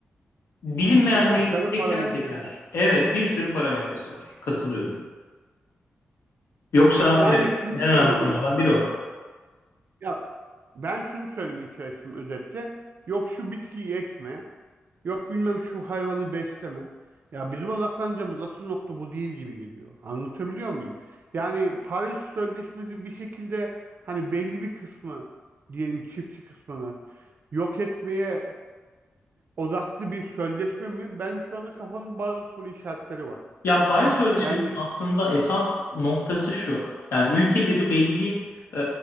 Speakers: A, on the left; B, on the right.
A: bilinmeyenliğini
B: Birkaç tane
A: teker
B: parametresi.
A: teker. Evet, bir sürü parametresi var. Katılıyorum. Yoksa
B: Yani
A: evet
B: şunu
A: en önemli
B: söylemeyi,
A: konulardan biri o.
B: ya Ben şunu söylemeye çalıştım özetle. Yok şu bitkiyi ekme. Yok bilmem şu hayvanı besleme. Ya bizim odaklanacağımız asıl nokta bu değil gibi geliyor. Anlatabiliyor muyum? Yani Paris Sözleşmesi bir şekilde hani belli bir kısmı diyelim çiftçi kısmını yok etmeye odaklı bir sözleşme mi? Benim şu anda kafamda bazı soru işaretleri var.
A: Ya Paris Sözleşmesi'nin
B: Yani
A: aslında esas noktası şu. Yani ülkeleri belli e,